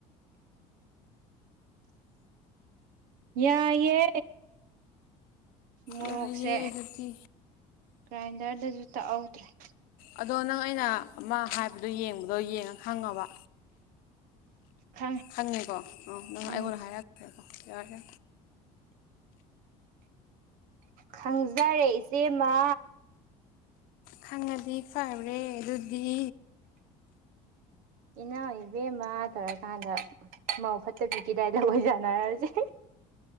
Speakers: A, on the right; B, on the left.
A: ꯌꯥꯏꯦ ꯃꯣꯔꯣꯛꯁꯦ
B: ꯌꯥꯏꯌꯦ ꯑꯗꯨꯗꯤ
A: ꯒ꯭ꯔꯥꯏꯟꯗꯔꯗꯁꯨ ꯇ ꯍꯥꯎꯗ꯭ꯔꯔꯤ
B: ꯑꯗꯣ ꯅꯪ ꯑꯩꯅ ꯑꯃ ꯍꯥꯏꯕꯗꯣ ꯌꯦꯡꯕꯗꯣ ꯌꯦꯡꯉ ꯈꯪꯉꯕ
A: ꯈꯪꯉꯦ
B: ꯍꯪꯉꯤꯀꯣ ꯑꯣ ꯅ
A: ꯎꯝ
B: ꯑꯩꯉꯣꯟꯗ ꯍꯥꯏꯔꯛꯈ꯭ꯔꯦꯀꯣ ꯌꯥꯒꯦ
A: ꯈꯪꯖꯔꯦ ꯏꯆꯦꯃ
B: ꯈꯪꯉꯗꯤ ꯐꯕ꯭ꯔꯦ ꯑꯗꯨꯗꯤ
A: ꯏꯅꯥꯎ ꯏꯕꯦꯝꯃ ꯇꯧꯔꯀꯥꯟꯗ ꯃꯧ ꯐꯠꯇꯕꯤꯈꯤꯗꯥꯏꯗ ꯑꯣꯏꯣꯏꯖꯥꯟꯅꯔꯔꯁꯦ